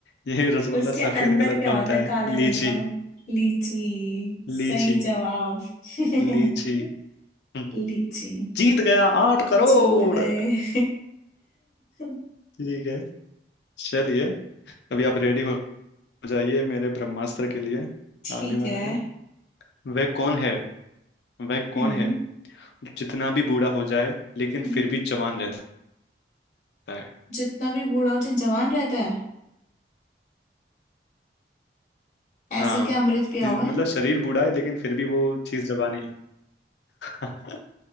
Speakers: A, on the left; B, on the left.
A: ये रसगुल्ला
B: उसके
A: सफेद
B: अंदर
A: कलर
B: क्या
A: का होता
B: होता है
A: है
B: काले
A: लीची
B: रंग का लीची सही
A: लीची
B: जवाब <laughs>
A: लीची <laughs>
B: लीची
A: जीत गया आठ करोड़
B: जीत गए
A: <laughs>
B: <laughs>
A: ठीक है चलिए अभी आप रेडी हो जाइए मेरे ब्रह्मास्त्र के लिए
B: ठीक
A: आने वाला
B: है
A: है वह कौन है वह कौन
B: हम्म
A: है जो जितना भी बूढ़ा हो जाए लेकिन
B: हम्म।
A: फिर भी जवान रहता है
B: जितना भी बूढ़ा हो जो जवान रहता है ऐसा
A: हाँ
B: क्या अमृत पिया
A: इन-
B: हुआ है
A: मतलब शरीर बूढ़ा है लेकिन फिर भी वो चीज जवान ही है <laughs>